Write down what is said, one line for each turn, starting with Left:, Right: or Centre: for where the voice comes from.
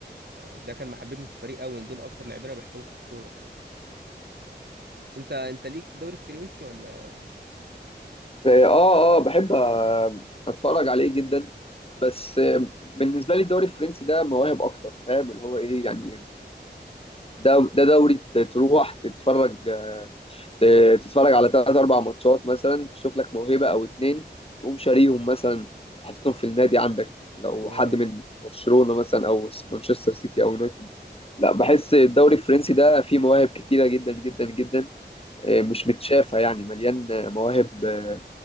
Right: ده كان محببني في الفريق قوي دول أكتر لاعبين أنا بحبهم في الكورة أنت أنت ليك في الدوري الفرنسي ولا
Left: اه اه بحب آه، اتفرج عليه جدا بس آه، بالنسبة لي الدوري الفرنسي ده مواهب اكتر فاهم اللي هو ايه يعني ده ده دوري تروح تتفرج آه، ت- تتفرج على ثلاث اربع ماتشات مثلا تشوف لك موهبه او اتنين تقوم شاريهم مثلا وحاططهم في النادي عندك لو
Right: آه
Left: حد من برشلونه مثلا او مانشستر سيتي او يونايتد لا بحس الدوري الفرنسي ده فيه مواهب كتيره جدا جدا جدا آه، مش متشافه يعني مليان آه، مواهب آه،